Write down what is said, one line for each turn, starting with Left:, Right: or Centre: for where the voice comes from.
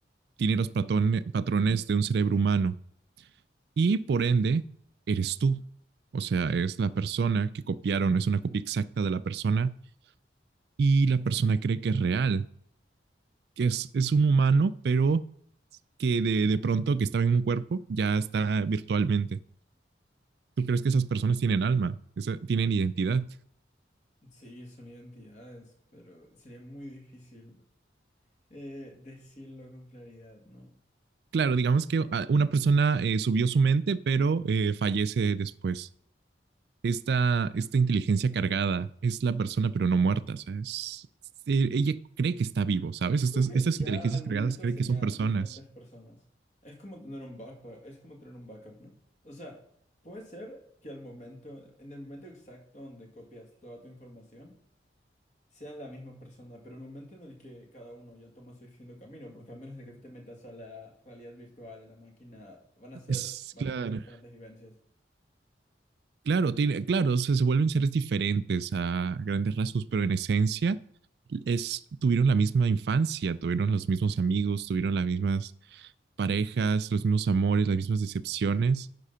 Right: Tiene los patrone- patrones de un cerebro humano y por ende eres tú. O sea, es la persona que copiaron, es una copia exacta de la persona y la persona cree que es real, que es, es un humano, pero que de, de pronto que estaba en un cuerpo ya está virtualmente. tú crees que esas personas tienen alma, esa, tienen identidad.
Left: Sí, son identidades, pero sería muy difícil eh, decirlo con claridad, ¿no?
Right: Claro, digamos que ah, una persona eh, subió su mente, pero eh, fallece después. Esta, esta inteligencia cargada es la persona, pero no muerta. O sea, es, eh, ella cree que está vivo, ¿sabes?
Left: Yo
Right: Estas,
Left: creo que
Right: estas
Left: ya
Right: inteligencias
Left: al momento
Right: cargadas creen
Left: serían
Right: que son personas.
Left: diferentes personas. Es como tener un backup, es como tener un backup, ¿no? O sea, puede ser que al momento, en el momento exacto donde copias toda tu información, sean la misma persona, pero el momento en el que cada uno ya toma su distinto camino, porque al menos de que tú te metas a la realidad virtual, a la máquina, van a ser,
Right: Es
Left: van
Right: claro.
Left: a tener diferentes vivencias.
Right: Claro, tiene, claro, se, se vuelven seres diferentes a grandes rasgos, pero en esencia es, tuvieron la misma infancia, tuvieron los mismos amigos, tuvieron las mismas parejas, los mismos amores, las mismas decepciones,